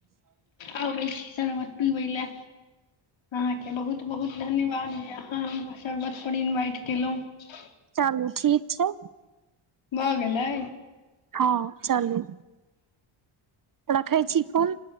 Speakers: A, on the left (about 65°); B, on the right (about 40°).
A: आबै छी सरबत पीबै लए अहाँके बहुत बहुत धन्यवाद य अहाँ हम शर्बतपर इन्वाइट कयेलहुँ
B: चलू ठीक छै
A: भऽ गेलै
B: हँ चलू रखै छी फोन